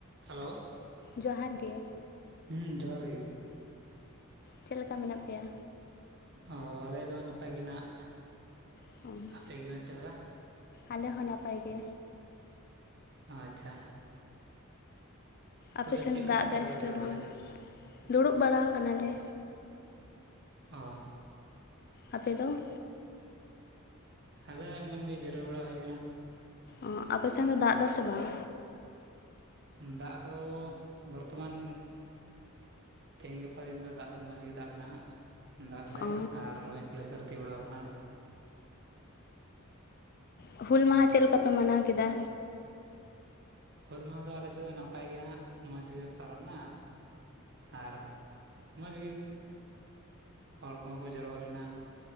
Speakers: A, on the right; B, on the left.
A: ᱦᱮᱞᱳ
B: ᱡᱚᱦᱟᱨ ᱜᱮ
A: ᱦᱩᱸ ᱡᱚᱦᱟᱨ ᱜᱮ
B: ᱪᱮᱫ ᱞᱮᱠᱟ ᱢᱮᱱᱟᱜ ᱯᱮᱭᱟ,
A: ᱚ ᱟᱞᱮ ᱫᱚ ᱱᱟᱯᱟᱭ ᱜᱮ ᱱᱟᱜ
B: <unintelligible>
A: ᱟᱯᱮ ᱜᱮ ᱵᱟᱝ ᱪᱮᱫ ᱞᱮᱠᱟ
B: ᱟᱞᱮ ᱦᱚᱸ ᱱᱟᱯᱟᱭ ᱜᱮ
A: ᱟᱪᱪᱷᱟ,
B: ᱟᱯᱮᱥᱮᱱ
A: ᱛᱚᱵᱮ ᱪᱮᱫ ᱠᱚ
B: ᱫᱟᱜ
A: ᱪᱤᱠᱟ
B: ᱮᱫᱟᱭ
A: ᱵᱟᱲᱟ
B: ᱥᱮ
A: ᱡᱟᱹᱨᱩᱲ
B: ᱵᱟᱝ
A: ᱠᱟᱱᱟ
B: ᱫᱩᱲᱩᱵ ᱵᱟᱲᱟ ᱟᱠᱟᱱᱟᱞᱮ,
A: ᱦᱚ
B: ᱟᱯᱮ ᱫᱚ?
A: ᱟᱞᱮ ᱮᱢᱚᱱ ᱜᱮ ᱡᱤᱨᱟᱹᱣ ᱵᱟᱲᱟ ᱦᱩᱭ ᱟᱠᱟᱱᱟ,
B: ᱚ ᱟᱯᱮ ᱥᱮᱱ ᱫᱚ ᱫᱟᱜ ᱮᱫᱟ ᱥᱮ ᱵᱟᱝ?
A: ᱫᱟᱜ ᱫᱚ ᱵᱚᱨᱛᱚᱢᱟᱱ, ᱛᱮᱦᱮᱧ ᱜᱟᱯᱟ ᱫᱤᱱ ᱫᱚ ᱫᱟᱜ ᱫᱚ ᱢᱚᱸᱡᱽ ᱜᱮ ᱫᱟᱜ ᱠᱟᱱᱟ ᱦᱟᱸᱜ, ᱫᱟᱜ ᱠᱮᱫᱟᱭ
B: ᱚ
A: ᱟᱨ ᱨᱚᱦᱚᱭ ᱠᱚᱞᱮ ᱥᱟᱹᱨᱫᱤ ᱵᱟᱲᱟᱣ ᱟᱠᱟᱱᱟ,
B: ᱚ ᱦᱩᱞ ᱢᱟᱦᱟ ᱪᱮᱫ ᱞᱮᱠᱟ ᱯᱮ ᱢᱟᱱᱟᱣ ᱠᱮᱫᱟ?
A: ᱦᱩᱞ ᱢᱟᱦᱟ ᱫᱚ ᱟᱞᱮ ᱥᱮᱫ ᱫᱚ ᱱᱟᱯᱟᱭ ᱜᱮ ᱦᱟᱸᱜ ᱢᱚᱸᱡᱽ ᱜᱮ ᱯᱟᱨᱚᱢ ᱱᱟ, ᱟᱨ ᱢᱚᱸᱡᱽ ᱜᱮ᱾ ᱦᱚᱲ ᱠᱚᱦᱚᱸ ᱠᱚ ᱡᱟᱨᱣᱟ ᱞᱮᱱᱟ